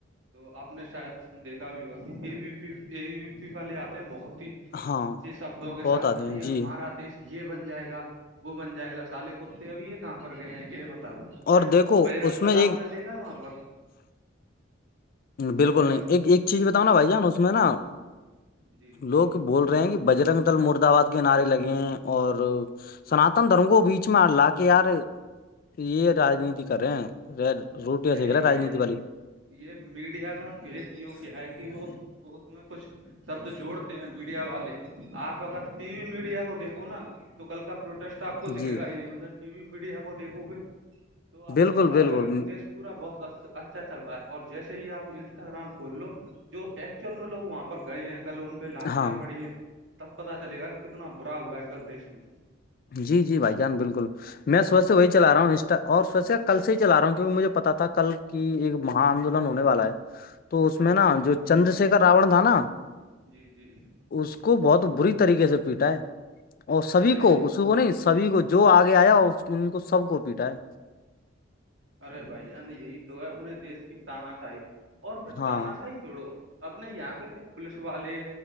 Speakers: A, on the right; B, on the left.
A: تو آپ نے شاید دیکھا بھی ہوگا کہ ا بی پی ای پی والے آتے ہیں بہت ہی
B: ہاں
A: اچے شبدوں کے
B: بہت
A: ساتھ
B: آتے
A: ارے
B: ہیں
A: ہمارا
B: جی
A: دیش یہ بن جائے گا وہ بن جائے گا سالے کتے اب یہ کہاں پر گئے ہیں یہ بتاؤ
B: اور
A: ہے
B: دیکھو
A: بجرنگ
B: اس میں
A: دل
B: ایک
A: آپ نے دیکھا ہے وہاں پر ویسے
B: بالکل نہیں
A: بس
B: ایک ایک چیز بتاؤ نا بھائی جانا اس میں نا
A: جی جی
B: لوگ بول رہیں گی بجرنگ دل مردباد کےنعارے لگے ہیں اور سناتن دھرم کو بیچ میں لا کے یار یہ رجنیتی کرے ہیں ر روٹی
A: ارے
B: ا سے گ
A: یہ
B: را رجنییتی والالی
A: یہ میڈیا کا فیک یوگ کیا ہے کہ وہ میں کچھ سب تو جوڑتے ہیں میڈیا والے آپ اگر ٹی وی میڈیا کو دیکھو نا تو کل کا پروٹیسٹ آپ کو دکھے
B: جی
A: گا ہی نہیں مطلب ٹی وی میڈیا کو دیکھو گے تو آپ
B: بالکل
A: کو ایسا
B: بالکل
A: لگے گا کہ دیش پورا بہت اچھا چل رہا ہے اور جیسے یہ آپ انسٹاگرام کھول لو جو ایکچوئل میں لوگ وہاں پر گئے ہیں کل ان پہ لاٹیاں
B: ہاں
A: پڑی ہیں تب پتا چلے گا کہ کتنا برا ہوا ہے کل دیش میں
B: جی جی بھائی جان بالکل میں سبح سے وہی چلا رہا ہوں اسٹ اور سبح سے کل سے ہی چلا رہا ہوں کیونکہ مجھے پتا تھا کل کی ایک مہ آندولن ہونے والا ہے تو اس میں نا
A: جی
B: جو چندر شیکر راون تھا نا
A: جی جی جی
B: اس کو بہت بری طریقے سے پیٹا ہے اور سبھی
A: ارے
B: کو
A: وہ
B: اس کو نے سبھی کو جو آگے آیا ان کو سب کو پیٹا ہے
A: ارے بھائی جان یہی تو ہے اپنے دیش کی تاناشی اور پھر
B: ہاں
A: تاناشاہی چھوڑو اپنے یہاں کے کیا پلیس والے